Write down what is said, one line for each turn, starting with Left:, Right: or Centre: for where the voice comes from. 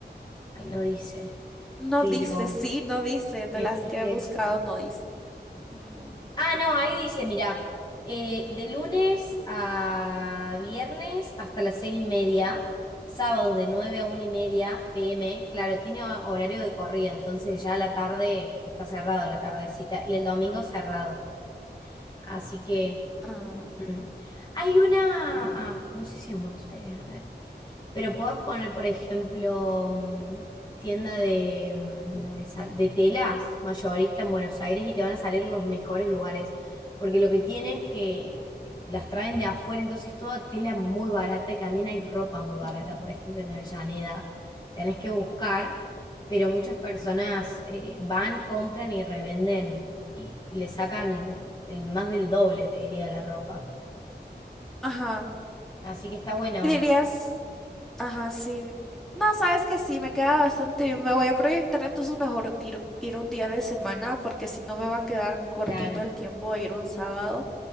Left: Ay, no dice,
Centre: No
Left: pero
Centre: dice, sí, no dice, de
Left: me
Centre: las
Left: fijé
Centre: que he buscado
Left: eso.
Centre: no dice. Ujú.
Left: Ah, no, ahí dice, mira, eh, de lunes a viernes hasta las seis y media, sábados de 9 a una y media p m claro, tiene ho- horario de corrido, entonces ya la tarde está cerrado, la tardecita, y el domingo cerrado. Así que
Centre: Ah,
Left: mm. hay una, ah, no sé si en Buenos Aires, a ver. Pero podés poner, por ejemplo, mm, tienda de, mm, no me sal- de telas mayorista en Buenos Aires y te van a salir los mejores lugares. Porque lo que tiene es que las traen de afuera, entonces toda tela muy barata y también hay ropa muy barata.
Centre: Ujú.
Left: Por ejemplo, en Avellaneda tenés que buscar, pero muchas personas eh, van, compran y revenden y le sacan el- el más del doble, te diría, la ropa.
Centre: Ajá.
Left: Así que está bueno,
Centre: Y dirías, ajá, sí. No, sabes que sí, me queda bastante bien. Me voy a proyectar, entonces mejor dir- ir, un día de semana, porque si no me va a quedar cortito
Left: claro.
Centre: el tiempo de ir un sábado.